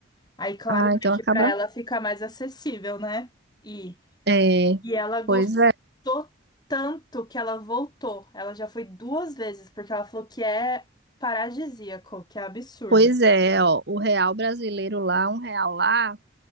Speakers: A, on the left; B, on the right.
A: Aí, claro,
B: Ah,
A: né,
B: então
A: que
B: acaba.
A: pra ela fica mais acessível, né? E,
B: É,
A: e ela gostou
B: pois é.
A: tanto que ela voltou. Ela já foi duas vezes, porque ela falou que é paradisíaco, que é absurdo.
B: Pois é, ó, o real brasileiro lá, um real lá